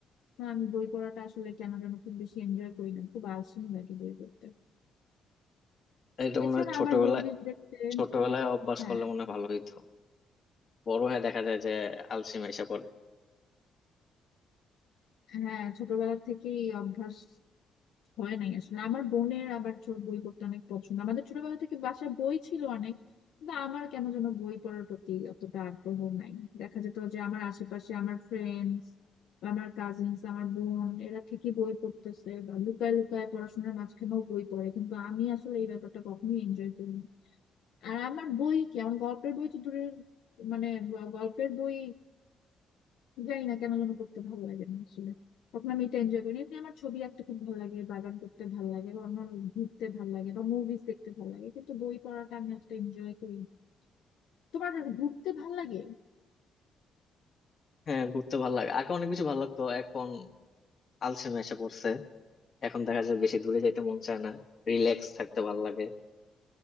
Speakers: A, on the left; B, on the left.
A: না, আমি বই পড়াটা আসলে কেন যেন খুব বেশি এনজয় করি না খুব আলসেমি লাগে বই পড়তে
B: এটা মনে
A: এছাড়া
B: হয় ছোটবেলায়
A: আমার মুভিজ দেখতে
B: ছোটবেলায় অভ্যাস
A: হ্যাঁ
B: করলে মনে হয় ভালো হইতো বড় হয়ে দেখা যায় যে আলসেমি এসে পড়ে
A: হ্যাঁ ছোটবেলা থেকেই অভ্যাস হয় নাই আসলে আমার বোনের আবার ছোট বই পড়তে অনেক পছন্দ আমাদের ছোটবেলা থেকে বাসায় বই ছিল অনেক কিন্তু আমার কেন যেন বই পড়ার প্রতি অতটা আগ্রহ নাই দেখা যেত যে আমার আশেপাশে আমার ফ্রেন্ডস আমার কাজিনস আমার বোন এরা ঠিকই বই পড়তেছে বা লুকায় লুকায় পড়াশোনার মাঝখানেও বই পড়ে কিন্তু আমি আসলে এই ব্যাপারটা কখনোই এনজয় করিনি আর আমার বই কি আমার গল্পের বই তো দূরের মানে গ- গল্পের বই জানি না কেন যেন করতে ভালো লাগে না আসলে তখন আমি এটা এনজয় করি এমনি আমার ছবি আঁকতে খুব ভালো লাগে বাগান করতে ভালো লাগে বা অন্য ঘুরতে ভালো লাগে বা মুভিজ দেখতে ভালো লাগে কিন্তু বই পড়াটা আমি অতটা এনজয় করি না। তোমার ঘুরতে ভালো লাগে
B: হ্যাঁ ঘুরতে ভালো লাগে আগে অনেক বেশি ভালো লাগতো এখন আলসেমি এসে পড়ছে এখন দেখা যায় বেশি দূরে যাইতে মন চায় না রিল্যাক্স থাকতে ভালো লাগে